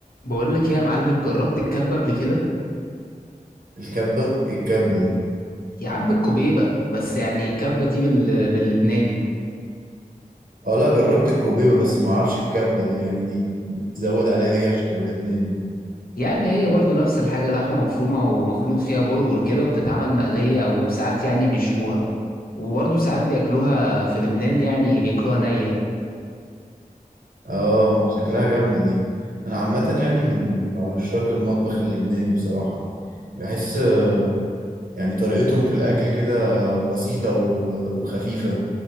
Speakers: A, on the left; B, on the right.
A: بقول لك ايه يا معلم جربت الكبه قبل كده
B: الكبة ايه الكبة دي
A: يا عم الكبيبه بس يعني الكبه دي بال... باللبناني
B: اه لا جربت الكوبيبة بس ما اعرفش الكبة دي يعني دي بتزود عليها ايه عشان تبقى لبناني
A: يعني هي برضو نفس الحاجه لحمه مفرومه ومخلوط فيها برغل كده وبتتعمل مقليه وساعات يعني بيشوها وبرضو ساعات بياكلوها في لبنان يعني بياكلوها نيه
B: اه شكلها جامدة دي انا عامة يعني من من عشاق المطبخ اللبناني بصراحة بحس آه، يعني طريقتهم في الاكل كده بسيطة و- وخفيفة